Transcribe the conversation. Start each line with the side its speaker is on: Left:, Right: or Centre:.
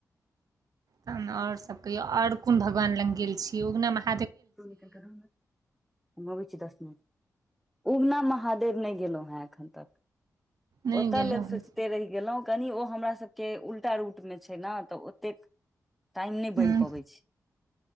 Right: तहन आओर गंसब कहियो आओर कोन भगवान लग गेल छियै उगना महा
Centre: <unintelligible> हम अबै छी दस मिनट उगना महादेव नहि गेलौ हे एखन तक
Right: नै
Centre: ओतऽ
Right: गेलौं
Centre: लेल
Right: हूँ
Centre: सोचते रहि गेलौ कनि ओ हमरा सभके उल्टा रूटमे छै ने तऽ ओतेक टाइम नहि
Right: हूँ
Centre: बन पबै छै